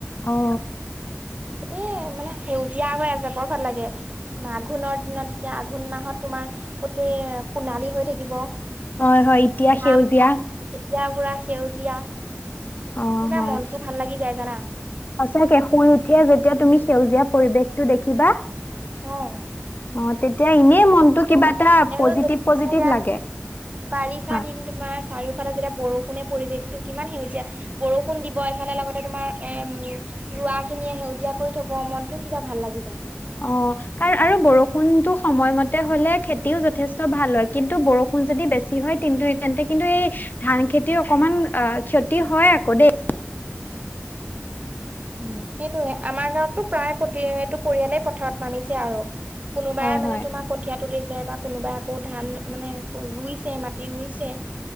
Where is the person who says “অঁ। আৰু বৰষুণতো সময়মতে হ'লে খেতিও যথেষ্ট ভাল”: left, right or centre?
Left